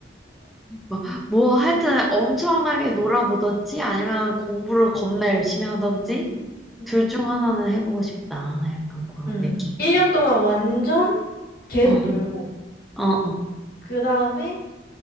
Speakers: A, in the centre; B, on the left.
A: 뭐, 뭐 하여튼 엄청나게 놀아보던지 아니면 공부를 겁나 열심히 하던지
B: 음, 음.
A: 둘 중 하나는 해보고 싶다. 약간 그런
B: 응.
A: 느낌.
B: 1년 동안 완전 계속
A: 어,
B: 놀고,
A: 어, 어.
B: 그 다음에